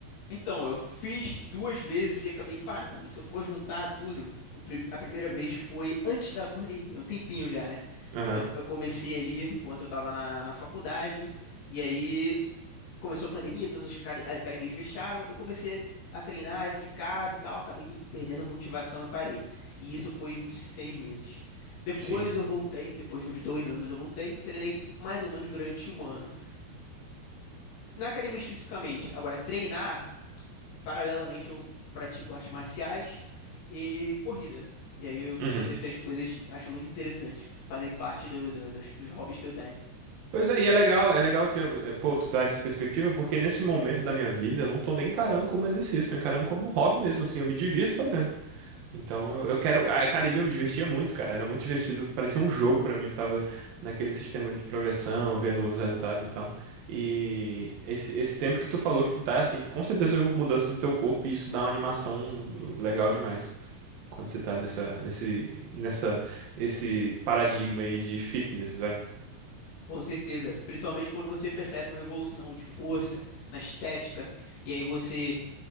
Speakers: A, on the left; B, on the right.
A: Então, eu fiz duas vezes e acabei parando. Se eu for juntar tudo, o prim- a primeira vez foi antes da pandemia, um tempinho já, né?
B: Aham.
A: Então, eu comecei ali enquanto eu tava na, na faculdade, e aí começou a pandemia, todas as acad- academias fecharam, eu comecei a treinar de casa e tal, acabei me perdendo a motivação e parei. E isso foi uns seis meses. Depois
B: Sim.
A: eu voltei, depois de uns dois anos eu voltei, treinei mais ou menos durante um ano. Na academia especificamente, agora treinar, paralelamente eu pratico artes marciais e corrida. E aí eu junto
B: Uhum.
A: essas três coisas, acho muito interessante, fazem parte do- do- das- dos hobbies que eu tenho.
B: Pois é, e é legal, é legal que eu, eh, pô, tu dá essa perspectiva, porque nesse momento da minha vida eu não tô nem encarando como exercício, tô encarando como hobby mesmo, assim, eu me divirto fazendo. Então eu eu quero. A academia eu me divertia muito, cara. Era muito divertido. Parecia um jogo pra mim. Eu tava naquele sistema ali de progressão, vendo os resultados e tal. E esse, esse tempo que tu falou que tu tá assim, tu, com certeza houve mudança no teu corpo e isso dá uma animação legal demais. Quando você tá nessa, nesse, nessa, esse paradigma aí de fitness, vai.
A: Com certeza, principalmente quando você percebe uma evolução de força na estética, e aí você